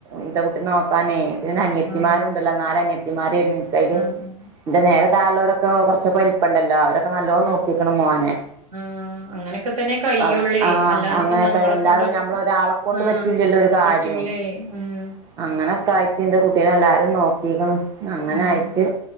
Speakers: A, on the right; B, on the right.
A: ഇന്റെകുട്ടിനെ നോക്കാനെയ് പിന്നെ അനിയത്തിമാരുണ്ടല്ലോ
B: ആഹ് ആഹ് ആഹ്
A: നാലനിയത്തി ത്തിമാരേനിക്കയ്ല്
B: ആഹ്
A: ന്റെ നേരെ താഴുള്ളവരൊക്കെ കൊർച്ചൊക്കെ വൽപ്പണ്ടല്ലോ അവരൊക്കെ നല്ലോം
B: ആഹ്
A: നോക്കി മോനെ
B: ആഹ് അങ്ങനൊക്കെ തന്നെ കയ്യുള്ളേ
A: അതെ ആഹ്
B: അല്ലാതിപ്പോ
A: അങ്ങനൊക്കായി
B: ഞമ്മളെ
A: അല്ലാതെ
B: കൊണ്ട്
A: പിന്നെ
B: ഒറ്റക്ക്
A: നമ്മളൊരാളെ കൊണ്ട്
B: ആഹ്
A: പറ്റൂലല്ലോ ഇ ഒരു കാര്യും
B: പറ്റൂലേ
A: അങ്ങ
B: ഉം
A: അങ്ങനൊക്കായിട്ട് ന്റെ കുട്ടീനെല്ലാരും നോക്കിക്ക്ണു അങ്ങനായിട്ട്
B: ഉം